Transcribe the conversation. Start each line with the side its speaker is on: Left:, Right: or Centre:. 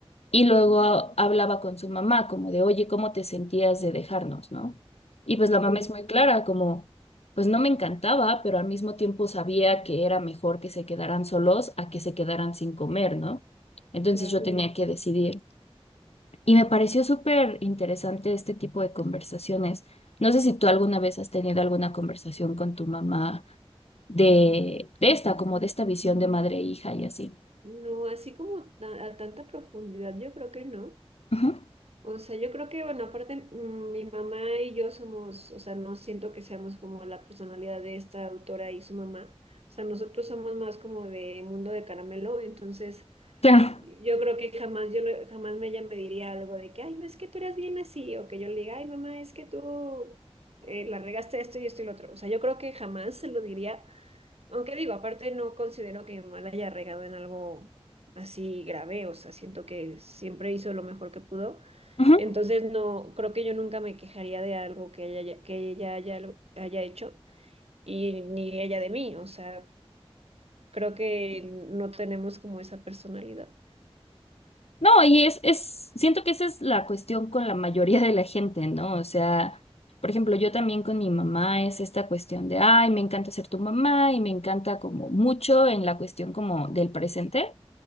Left: Y
Right: ujú,
Left: luego a- hablaba con su mamá, como de, oye, ¿cómo te sentías de dejarnos, no? Y pues
Right: ujú,
Left: la mamá es muy clara, como, pues no me encantaba, pero al mismo tiempo sabía que era mejor que se quedaran solos a que se quedaran sin comer, ¿no? Entonces
Right: Claro.
Left: yo tenía que decidir. Y me pareció súper interesante este tipo de conversaciones. No sé si tú alguna vez has tenido alguna conversación con tu mamá de, de esta, como de esta visión de madre e hija y así.
Right: No, así como ta- a tanta profundidad, yo creo que no.
Left: Ujú,
Right: O sea, yo creo que, bueno, aparte, mm, mi mamá y yo somos, o sea, no siento que seamos como la personalidad de esta autora y su mamá. O sea, nosotros somos más como de mundo de caramelo, entonces
Left: Claro.
Right: yo creo que jamás yo le- jamás me- ella me diría algo de que, ay, no es que tú eres bien así, o que yo le diga, ay, mamá, es que tú eh, la regaste esto y esto y lo otro. O sea, yo creo que jamás se lo diría, aunque digo, aparte no considero que mi mamá la haya regado en algo así grave, o sea, siento que siempre hizo lo mejor que pudo.
Left: Ujú.
Right: Entonces, no, creo que yo nunca me quejaría de algo que ella, que ella haya, lo- haya hecho y ni ella de mí. O sea, creo que no tenemos como esa personalidad.
Left: No, y es, es, siento que esa es la cuestión con la mayoría de la gente, ¿no? O sea, por ejemplo, yo también con mi mamá es esta cuestión de, ay, me encanta ser tu mamá y me encanta como mucho en la cuestión como del presente.